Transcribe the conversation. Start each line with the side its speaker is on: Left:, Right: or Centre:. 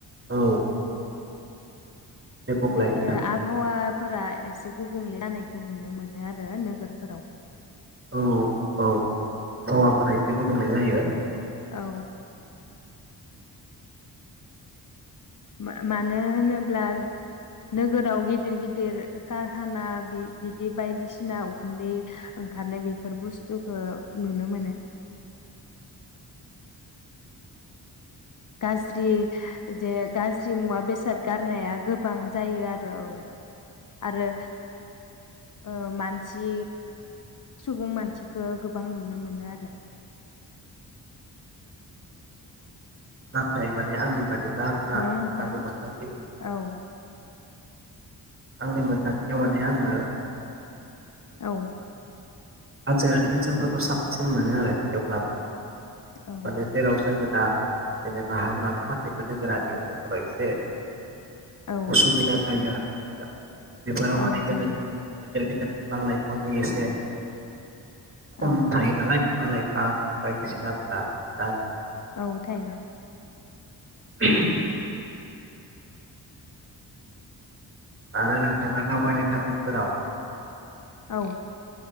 Right: औ दे बुंलाय
Left: बे
Right: नोंथां
Left: आबहावाफोरा एसे गु बुंले जानायखौ नुनो मोनो आरो नोगोरफोराव।
Right: औ औ आबहावाफोरा एसे गुबुंले जायो।
Left: औ। मा मानो होनोब्ला नोगोराव गिदिर गिदिर कारहाना बि-बिदि बायदिसिना उखुन्दै ओंखारनाय बेफोर बुस्थुखौ नुनो मोनो। गाज्रि। जे गाज्रि मुवा बेसाद। गारनाया गोबां जायो आरो औ आरो। ओ मानसि। सुबुं मानसिखौ गोबां नुनो मोनो आरो।
Right: नाथाय माने आंनि। बादिब्ला आरोना
Left: हेल' नोंथां
Right: आंनि मोनदांथि
Left: औ।
Right: आंनि मोनोदांथियाव माने आङो।
Left: औ।
Right: हाजोआरि ओनसोलफोरखौ साबसिन मोनो आरो थेवब्लाबो।
Left: औ
Right: माने जेराव जोङोदा। जेनेबा हां लानो थाखायबो नोगोरारि ओनसोलफोराव एसे
Left: औ
Right: असु बिदा जायो आरो बिफोराव माने
Left: औ
Right: गोदोर
Left: जायो
Right: गोदोर गोदोर बिफां-लाइफांनि एसे खम
Left: औ
Right: थायो नालाय बिफां-लाइफां बायदिसिनाफोरा जा
Left: औ थायो।
Right: <inaudible> आरो नोंथाङा दावबायनो थांनायफोराव
Left: औ